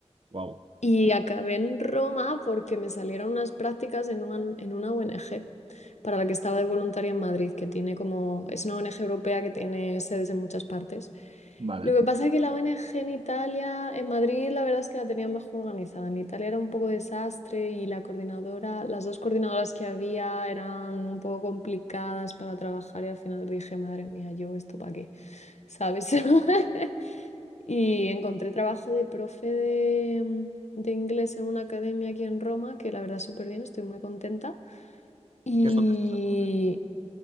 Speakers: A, on the right (about 50°); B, on the left (about 75°).
A: Wow.
B: Y acabé en Roma porque me salieron unas prácticas en una, en una ONG para la que estaba de voluntaria en Madrid, que tiene como, es una ONG europea que tiene sedes en muchas partes.
A: Vale.
B: Lo que pasa es que la ONG en Italia, en Madrid, la verdad es que la tenían mejor organizada. En Italia era un poco desastre y la coordinadora, las dos coordinadoras que había eran un poco complicadas para trabajar y al final dije, madre mía, yo esto para qué, ¿sabes? <laughs> Y encontré trabajo de profe de, de inglés en una academia aquí en Roma, que la verdad súper bien, estoy muy contenta. Y,
A: ¿Qué es donde estás actualmente?